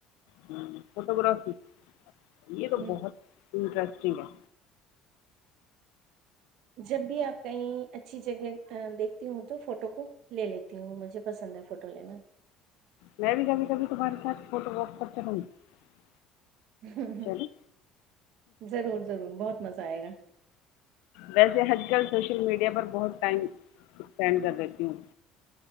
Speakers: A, on the left; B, on the right.
A: ہ فوٹو گگرافی یہ
B: ہے
A: تو بہت انٹرسٹگ ہے
B: جب بھی آپ کہیں اچھی جگہ دیکھتی ہوں تو فوٹو کو لے لیتی ہوں مجھے پسند ہے فوٹو لینا
A: میں بھی کبھی کبھی تمہارے ساتھ فوٹو وک کر چلوں گی <unintelligible>
B: ہ ہ
A: چلو
B: ضرور ضرور بہت مزہ آئے گا
A: ویسے آج کل سوشل میڈیا پر بہت ٹائم اسپینڈ کر دیتی ہوں